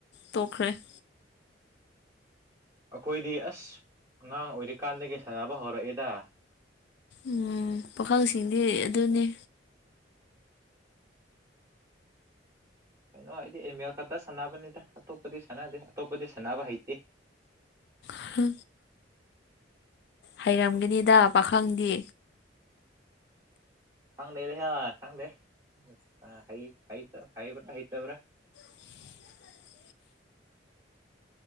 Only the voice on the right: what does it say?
ꯑꯈꯣꯏꯗꯤ ꯑꯁ ꯑꯉꯥꯡ ꯑꯣꯏꯔꯤꯀꯥꯟꯗꯒꯤ ꯁꯥꯟꯅꯕ ꯍꯧꯔꯛꯑꯦꯗ
ꯀꯩꯅꯣ ꯑꯩꯗꯤ ꯑꯦꯝ ꯑꯦꯜ ꯈꯇ ꯁꯥꯟꯅꯕꯅꯤꯗ ꯑꯇꯣꯞꯄꯗꯤ ꯁꯥꯟꯅꯗꯦ ꯑꯇꯣꯞꯄꯗꯤ ꯁꯥꯟꯅꯕ ꯍꯩꯇꯦ
ꯈꯪꯗꯦ ꯂꯩꯍꯥ ꯈꯪꯗꯦ ꯍ ꯍꯩ ꯍꯩꯇ ꯍꯩꯕ꯭ꯔꯥ ꯍꯩꯇꯕ꯭ꯔꯥ